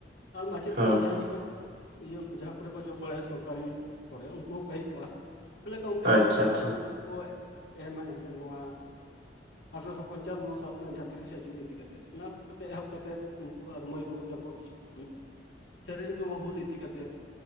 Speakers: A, on the left; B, on the right.
A: ᱟᱨ ᱢᱟᱪᱮᱫ
B: ᱦᱮᱸ
A: ᱠᱚᱦᱚᱸ ᱡᱟᱦᱟᱸᱭ ᱠᱚᱠᱚ ᱤᱭᱟᱹ ᱡᱟᱦᱟ ᱠᱚᱨᱮ ᱠᱚ ᱡᱚᱜ ᱵᱟᱲᱟᱭᱟ ᱥᱚᱨᱠᱟᱨᱤ ᱠᱚᱨᱮ ᱩᱱᱠᱩ ᱦᱚᱸᱠᱚ ᱦᱮᱡ ᱠᱚᱜᱼᱟ, ᱛᱟᱦᱚᱞᱮ ᱛᱚ ᱚᱱᱠᱟᱼᱟᱛᱮ
B: ᱟᱪᱪᱷᱟ
A: ᱢᱤᱫᱴᱮᱡ
B: ᱟᱪᱪᱷᱟ
A: ᱜᱟᱞᱚᱪ ᱠᱩᱼᱠᱚ ᱮᱜᱼᱮᱢᱟ ᱮᱱᱛᱮᱫ ᱱᱚᱣᱟ ᱟᱴᱷᱨᱚᱥᱚ ᱯᱚᱧᱪᱟᱱᱚ ᱥᱟᱞ ᱨᱮᱱᱟᱜ ᱡᱟᱦᱟᱸ ᱛᱤᱨᱤᱥᱟ ᱡᱩᱱ ᱤᱫᱤ ᱠᱟᱛᱮᱫ, ᱚᱱᱟ ᱠᱚ ᱠᱟᱛᱮᱜ ᱮᱦᱚᱵ ᱠᱟᱛᱮᱫ ᱩᱱ ᱠᱩ ᱟᱨ ᱢᱟᱹᱭ ᱵᱟᱹᱵᱩ ᱛᱟᱠᱚ ᱩᱸᱜ ᱥᱮᱨᱮᱧ ᱠᱚᱦᱚᱸ ᱦᱩᱞ ᱤᱫᱤ ᱠᱟᱛᱮᱜ᱾